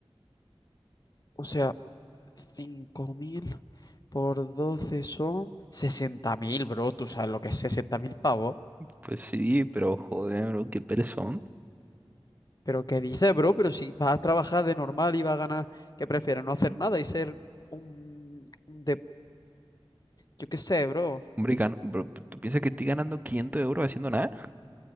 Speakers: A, on the left (about 40°); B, on the right (about 15°).
A: o sea, 5.000 por 12 son sesenta mil bro. Tú sabes lo que es 60.000 pavos.
B: Pues sí, pero joder, bro, qué perezón.
A: Pero ¿qué dices, bro? Pero si vas a trabajar de normal y vas a ganar, ¿qué prefieres? No hacer nada y ser un... un de... Yo qué sé, bro.
B: Hombre, gano- bro, ¿tú piensas que estoy ganando 500 euros haciendo nada?